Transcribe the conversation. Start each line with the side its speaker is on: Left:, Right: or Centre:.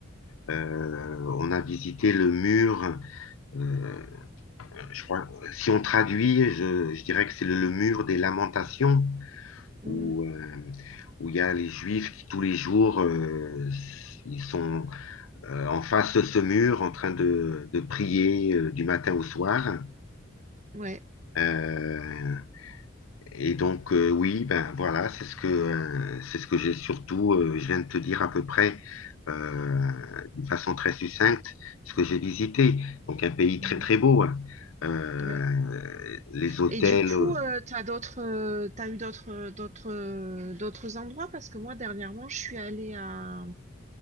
Left: Euh, on a visité le mur, euh, je crois, si on traduit, je, je dirais que c'est le, le mur des lamentations,
Right: hmm,
Left: où, euh, où il y a les juifs qui tous les jours, euh, ils sont euh, en face de ce mur en train de, de prier euh, du matin au soir.
Right: ouais.
Left: Euh, et donc euh, oui, ben voilà, c'est ce que euh, c'est ce que j'ai surtout, euh, je viens de te dire à peu près euh, d'une façon très succincte ce que j'ai visité. Donc un pays
Right: hmm,
Left: très très beau. hein. Euh,
Right: Ouais.
Left: les hôtels,
Right: Et du coup,
Left: euh,
Right: euh, t'as d'autres, euh, t'as eu d'autres, d'autres, d'autres endroits parce que moi dernièrement, je suis allée à,